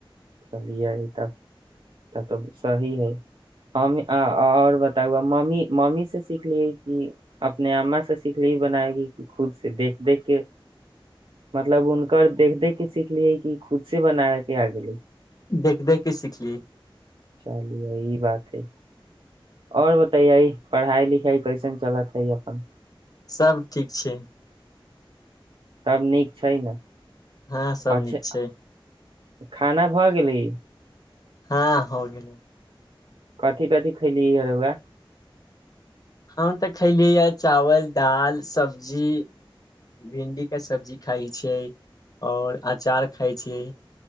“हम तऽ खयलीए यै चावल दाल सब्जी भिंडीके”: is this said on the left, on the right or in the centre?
Left